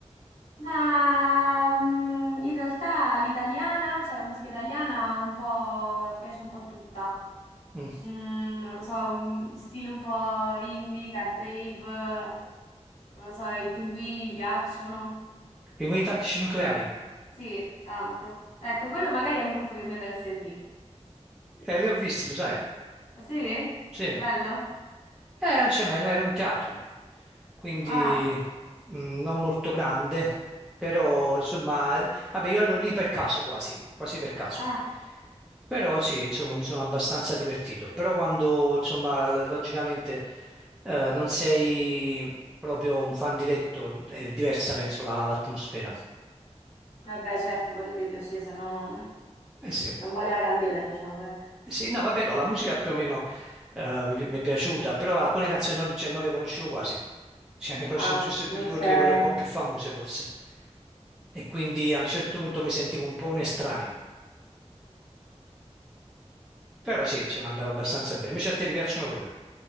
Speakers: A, on the left; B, in the centre.
A: Ma mm, in realtà l'italiana, cioè la musica italiana, un po' mi piace un po' tutta.
B: Mm.
A: Mm, non lo so, un stile un po' indie, Car Brave, non lo so, i pinguini mi piacciono.
B: Pinguini tattici nucleari?
A: Sì, tanto. Ecco, quello magari è un gruppo che mi andrà a sentire.
B: Eh, li ho visti, lo sai.
A: Ah, Sì?
B: Sì,
A: Bello?
B: Eh, non c'è mai, era un teatro, quindi
A: Ah,
B: mh, non molto grande, però insomma, vabbè, io ero lì per caso quasi, quasi per caso.
A: ah.
B: Però sì, insomma, mi sono abbastanza divertito. Però quando, insomma, l- logicamente eh, non sei proprio un fan diretto, è diversa, penso, la- l'atmosfera.
A: Vabbè, certo, poi ti devi piacere, se no non,
B: Eh sì.
A: non vale la candela, diciamo, ecco.
B: Sì, no, vabbè, no, la musica più o meno eh, mi, mi è piaciuta, però alcune canzoni non, cioè, non le conoscevo quasi, cioè ne conoscevo
A: Ah,
B: giusto due
A: ok.
B: due o tre,
A: Eh,
B: quelle un po' più famose forse, e quindi a un certo punto mi sentivo un po' un estraneo, però sì, insomma andava abbastanza bene, invece a te ti piacciono proprio?